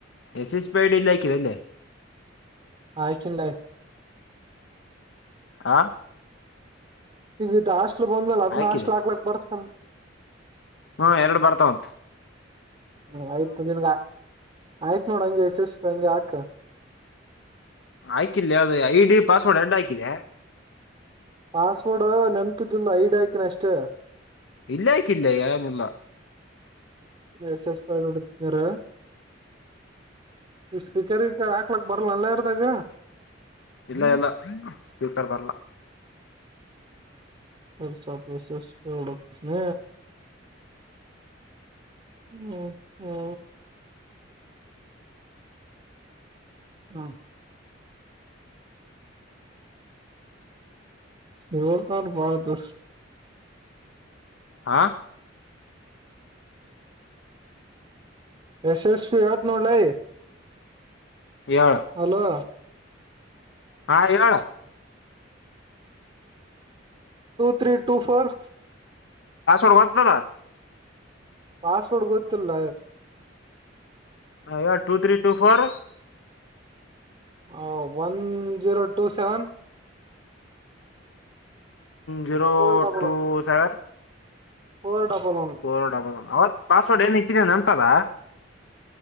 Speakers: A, on the left; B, on the right.
A: ಎಸ್ ಎಸ್ ಪಿ ಐಡಿ ಇಲ್ಲಕ್ಕರಲ್ಲೇ
B: ಆಯ್ಕಿಲ್ಲ
A: ಆಾ
B: ಈಗ ಇದಾಸ್ಟ್ಲು ಬಂದ್ಮೇಲ್ ಅದ್
A: ಹಾಕಿದೆ
B: ನಾಸ್ಲ್ ಆಾಕ್ಲಕ್ ಬರ್ತಲ್
A: ಹ್ಮ ಎರಡು ಬರ್ತಾವ ಉಂತ
B: ಹ್ಮ್ ಆಯ್ತುನ್ಗ ಆಯ್ತ್ ನೋಡ ಹಂಗೆ ಎಸ ಎಷ್ಟ ಪಂಗಾಕ್
A: ಆಯ್ಕಿಲ್ಲ ಅದು ಐ ಡಿ ಪಾಸ್ವರ್ಡ್ ಎರಡು ಆಾಕಿದೆ
B: ಪಾಸ್ವರ್ಡ್ ನೆನಪಿದಲ್ ಐಡಿ ಆಾಕನ ಅಷ್ಟೇ
A: ಇಲ್ಲಕ್ಕ ಇಲ್ಲ ಏನಿಲ್ಲ
B: ಎಸ ಎಸ್ ಪಡುರ ಸ್ಪೀಕರ್ಗ ಹಾಕ್ಲಾಕ್ ಬರಲಲ್ಲ ಇರ್ದಾಗ
A: ಇಲ್ಲ ಇಲ್ಲ ಸ್ಪೀಕರ್ ಬರ್ಲ
B: ಸಪೆ ಶೇಷ ರ ಹ ಹ್ಮ ಹೌ ಹ್ಮ ಶಿವಕ ಭಾರದುಷ
A: ಆ
B: ಎಸ್ ಎಸ್ ಪಿ ಹೇಳ್ತ್ ನೋಡಲೈ
A: ಹೇಳ
B: ಹಲೋ
A: ಹಾ ಹೇಳ
B: ಟೂ ತ್ರರಿ ಟೂ ಫೋರ್
A: ಹ ಸೋಡ್ ವದತದ
B: ಪಾಸ್ವರ್ಡ್ ಗೊತ್ತಲ್ಲ
A: ಹಯ ಟು ತ್ರೀ ಟೂ ಫೋರ್
B: ಹ one zero two seven
A: zero
B: four double
A: two
B: one
A: seven
B: four double one
A: four double one ಹದು ಪಾಸ್ವರ್ಡ್ ಏನ್ ಇಟ್ಟಿದೇ ಅೆನ್ಪದಾ